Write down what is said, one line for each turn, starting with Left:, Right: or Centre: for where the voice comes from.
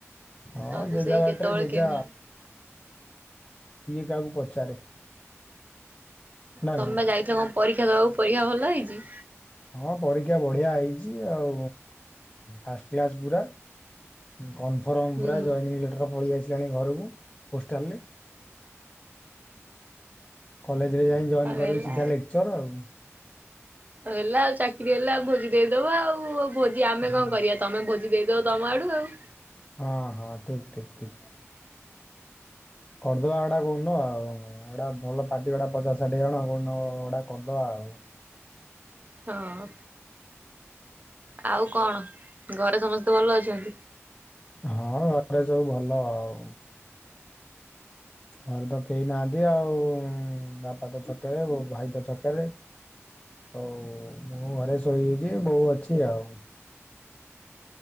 Left: ହଁ
Right: ସବୁ
Left: ଯେଝା
Right: ସେଇ
Left: ବାଟରେ
Right: କେତେବେଳେ
Left: ଯେଝା।
Right: କେମିତି ହୁଁ।
Left: କିଏ କାହାକୁ ପଚାରେ? ନା
Right: ତମେ
Left: କଣ?
Right: ବା ଯାଇଥିଲ କଁ ପରୀକ୍ଷା ଦବାକୁ ପରୀକ୍ଷା ଭଲ ହେଇଚି?
Left: ହଁ ପରୀକ୍ଷା ବଢ଼ିଆ ହେଇଚି ଆଉ ଫାଷ୍ଟ କ୍ଲାସ୍ ପୁରା। କନଫର୍ମ
Right: ହୁଁ
Left: ପୁରା ଜଏନିଂ ଲେଟର୍ ପଳିଆସିଲାଣି ଘରୁକୁ ପୋଷ୍ଟାଲ୍ ରେ। କଲେଜ୍ ରେ ଯାଇଁ ଜଏନ୍
Right: ଆଉ
Left: କରିମି
Right: ହେଲା
Left: ସିଧା ଲେକ୍ଚର୍ ଆଉ।
Right: ଆଉ ହେଲା ଆଉ ଚାକିରି ହେଲା ଭୋଜି ଦେଇଦବ ଆଉ ଭୋଜି ଆମେ
Left: ହଁ
Right: କଁ କରିବା ତମେ ଭୋଜି ଦେଇଦବ ତମ ଆଡ଼ୁ ଆଉ।
Left: ହଁ ହଁ ଠିକ୍ ଠିକ୍ ଠିକ୍। କରଦବା ଓଟା କୋଉନ ଆଉ ଆଅଡ଼ା ଭଲ ପାର୍ଟି ଗୋଟା ପଚାଶ ଷାଠିଏ ଜଣ କୋଉଦିନ ଓଟା କରଦବା ଆଉ।
Right: ହଁ ଆଉ କଣ ଘରେ ସମସ୍ତେ ଭଲ ଅଛନ୍ତି?
Left: ହଁ ଘରେ ସବୁ ଭଲ ଆଉ। ଘରେ ତ କେହି ନାହାନ୍ତି ଆଉ ବାପା ତ ଛକରେ ବୋଉ ଭାଇ ତ ଛକରେ। ଓ ମୁଁ ଘରେ ଶୋଇଚି ବୋଉ ଅଛି ଆଉ।